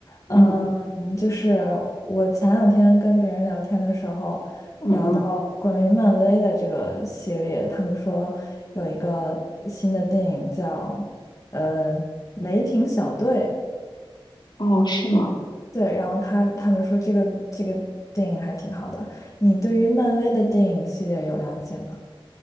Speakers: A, on the left; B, on the left.
A: 呃嗯，
B: 嗯
A: 就是我前两天跟别人聊天的时候，
B: 嗯嗯，
A: 聊到关于漫威的这个系列，他们说有一个新的电影叫呃《雷霆小队》，
B: 哦，是吗？
A: 对，然后他他们说这个这个电影还挺好的。你对于漫威的电影系列有了解吗？